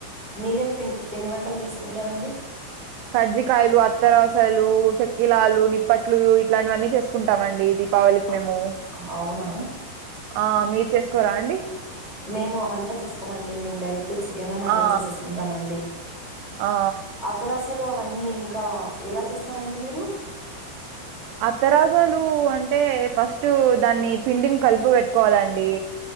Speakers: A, on the left (about 15°); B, on the right (about 85°).
A: మీరేం పిండి పిండి వంటలు చేస్కుంటారండి.
B: మజ్జికాయలు, అత్తరసలు, చెక్కిలాలు, నిప్పట్లు ఇట్లాంటివన్నీ చేస్కుంటామండి. ఇది దీపావళికి
A: అ
B: మేము
A: అవునా?
B: ఆ మీర్ చేస్కోరా అండి
A: మేము అవంతా చేసుకోమండి, మేము డైరెక్ట్ చికెను మటను
B: ఆ
A: చేసేసుకుంటామండి
B: ఆ
A: అతరాసలు అవన్నీ ఇంకా ఎలా చేస్తారండి మీరు?
B: అత్తరాసలు అంటే ఫస్ట్ దాన్ని పిండిని కలిపు పెట్టుకోవాలండి.